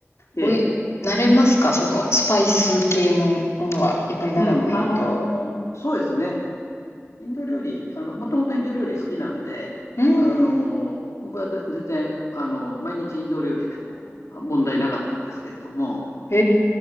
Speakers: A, on the left; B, on the left.
A: ええ、
B: おい、慣れますかそのスパイス系のものは、やっぱり長くいると。
A: うん、あのそうですね。インド料理、あの、もともとインド料理好きなんで、
B: うーん。
A: あの僕は全然、あの毎日インド料理でもあ問題なかったんですけれども、
B: へ